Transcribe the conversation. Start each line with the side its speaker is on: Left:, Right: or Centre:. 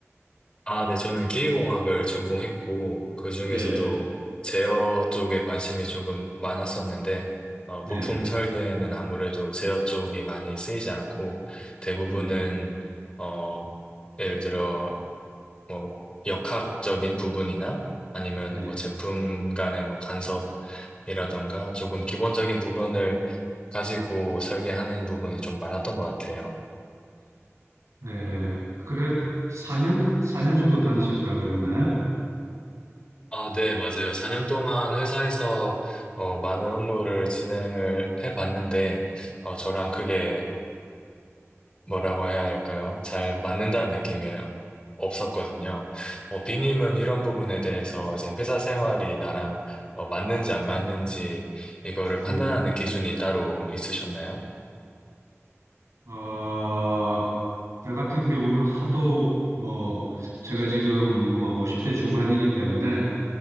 Left: 아, 네, 저는 기계공학을 전공했고, 그 중에서도
Right: 예.
Left: 제어 쪽에 관심이 조금 많았었는데, 어,
Right: 네.
Left: 부품 설계는 아무래도 제어 쪽이 많이 쓰이지 않고, 대부분은,
Right: 네.
Left: 어, 예를 들어, 뭐, 역학적인 부분이나 아니면은
Right: 네.
Left: 뭐 제품 간의 뭐 간섭이라던가 조금 기본적인 부분을 가지고 설계하는 부분이 좀 많았던 것 같아요.
Right: 네. 그래 4년 4년 정도 다니셨다고 그랬나요?
Left: 아, 네, 맞아요. 4년 동안 회사에서 어, 많은 업무를 진행을 해봤는데, 어, 저랑 그게 뭐라고 해야 할까요? 잘 맞는다는 느낌이 없었거든요. 어, 비님은 이런 부분에 대해서 이제 회사 생활이 나랑 어, 맞는지 안 맞는지 이거를 판단하는
Right: 음.
Left: 기준이 따로 있으셨나요?
Right: 어, 저 같은 경우는 하도 뭐 제가 지금 뭐 50대 중반이기 때문에